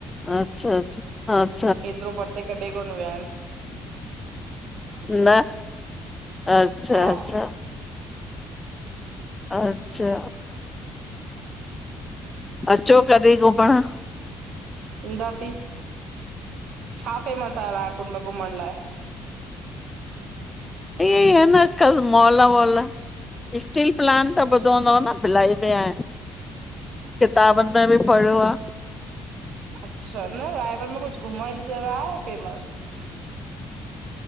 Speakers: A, on the left; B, on the right.
A: अच्छा अच्छा हा
B: एतिरो परते कढे कोन विया आहिन।
A: न! अच्छा-
B: हा
A: अचछा अच्छा अचो कॾहिं घुमण!
B: ईंदासीं। छा फेमस आह्रा यपुर में घुमण लाइ?
A: इअ ई आहे न अॼकल्ह मॉल वॉल, स्टील प्लान
B: अच्छा
A: त ॿुधो हूंदो न। भिलाई में आ, किताबनि में बि पढ़ियो आ।
B: अच्छा! न रायपुर में कुझु घुमण जी जॻह आहे फेमस?